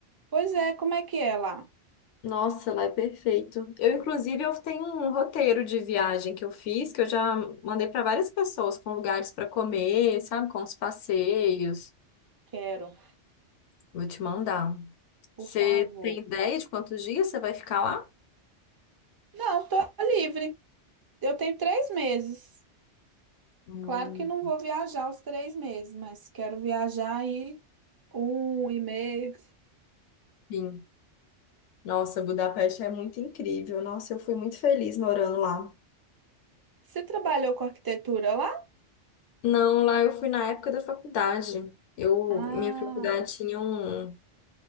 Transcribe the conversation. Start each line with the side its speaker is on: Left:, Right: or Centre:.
Right: Pois é, como é que é lá?
Left: Nossa, lá é perfeito. Eu, inclusive, eu tenho um roteiro de viagem que eu fiz, que eu já mandei pra várias pessoas com lugares pra comer, sabe, com os passeios.
Right: Quero,
Left: Vou te mandar.
Right: por
Left: Você
Right: favor.
Left: tem ideia de quantos dias você vai ficar lá?
Right: Não, tô livre. Eu tenho três meses.
Left: Hum,
Right: Claro que não vou viajar os três meses, mas quero viajar aí um um e meio.
Left: sim. Nossa, Budapeste é muito incrível. Nossa, eu fui muito feliz morando lá.
Right: Você trabalhou com arquitetura lá?
Left: Não, lá eu fui na época da faculdade. Eu,
Right: Ah,
Left: minha faculdade tinha um,